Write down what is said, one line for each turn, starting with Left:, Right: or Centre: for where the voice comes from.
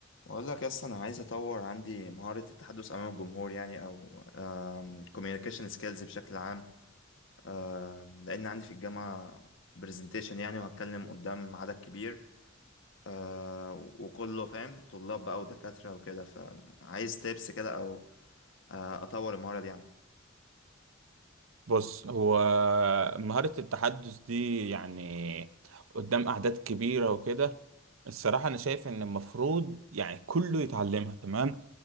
Left: بقول لك اصلا انا عايز اطور عندي مهارة التحدث امام الجمهور يعني او كوميونيكيشن سكيلز بشكل عام آم، لان عندي في الجامعة برزنتيشن يعني وهتكلم قدام عدد كبير آه، وكله فاهم طلاب بقى ودكاترة وكده فعايز تيبس كده او آه، اطور المهارة دي يعني
Right: بص هو مهارة التحدث دي يعني قدام أعداد كبيرة وكده الصراحة أنا شايف إن المفروض يعني كله يتعلمها تمام